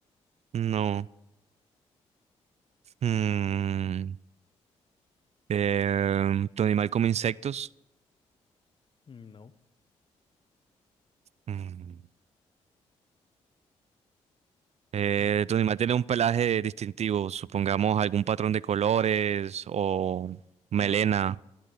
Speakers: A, on the right (about 55°); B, on the left (about 40°).
A: No. Mm, eh, ¿tu animal come insectos?
B: no,
A: Mm. Eh,
B: <laughs>
A: ¿tu animal tiene un pelaje distintivo? Supongamos algún patrón de colores o melena.
B: no,